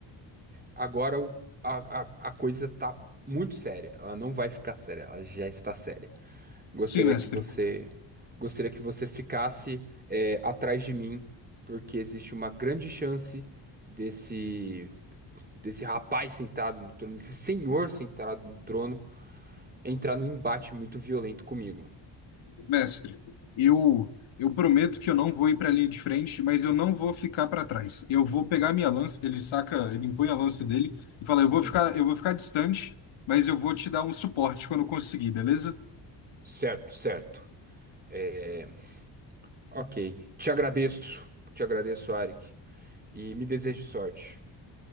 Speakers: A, on the right; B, on the left.
A: agora o- a, a a coisa tá muito séria. Ela não vai ficar séria, ela já está séria. Gostaria
B: Sim, mestre.
A: que você, gostaria que você ficasse é, atrás de mim, porque existe uma grande chance desse desse rapaz sentado no trono, desse senhor sentado no trono, entrar num embate muito violento comigo.
B: Mestre, eu eu prometo que eu não vou ir para a linha de frente, mas eu não vou ficar para trás. Eu vou pegar minha lança, ele saca, ele impõe a lança dele e fala: "Eu vou
A: Uhum.
B: ficar, eu vou ficar distante, mas eu vou te dar um suporte quando conseguir, beleza?"
A: Certo, certo. É, ok. Te agradeço, te agradeço, Arik, e me desejo sorte.